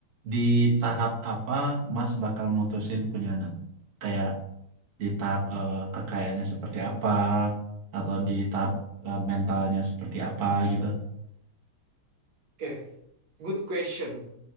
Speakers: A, on the right; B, on the right.
A: di tahap apa Mas bakal mutusin punya anak? Kayak di tahap eh, kekayaannya seperti apa, atau di tahap eh, mentalnya seperti apa gitu?
B: Oke, good question.